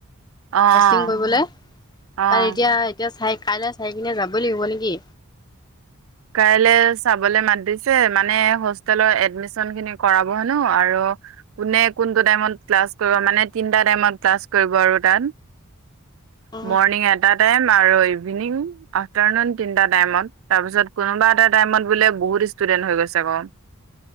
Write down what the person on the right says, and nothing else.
অ', অ',
অ'।
কাইলৈ চাবলে মাত দিছে। মানে হোষ্টেলৰ এডমিচনখিনি কৰাব হেনো আৰু কোনে কোনটো টাইমত ক্লাছ কৰিব। মানে তিনটা টাইমত ক্লাছ কৰিব আৰু তাত। <inaudible>
মৰ্ণিং এটা টাইম আৰু ইভিনিং আফটাৰনুন তিনিটা টাইমত। তাৰপিছত কোনোবা এটা টাইমত বোলে বহুত ষ্টুডেন্ট হৈ গৈছে গৈ।